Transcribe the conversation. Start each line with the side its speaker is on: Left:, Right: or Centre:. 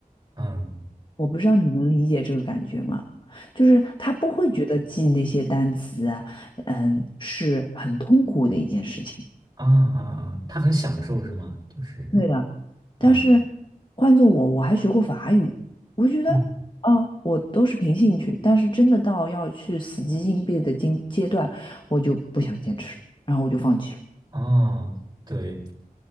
Right: 嗯
Left: 我不知道你能理解这个感觉吗？就是他不会觉得记那些单词啊，嗯，是很痛苦的一件事情。
Right: 啊啊啊，他很享受是吗？就是，
Left: 对的，
Right: 嗯
Left: 但是换做我，我还学过法语，我觉得啊，
Right: 嗯
Left: 我都是凭兴趣，但是真的到要去死记硬背的阶阶段，我就不想坚持了，然后我就放弃了。
Right: 哦，对。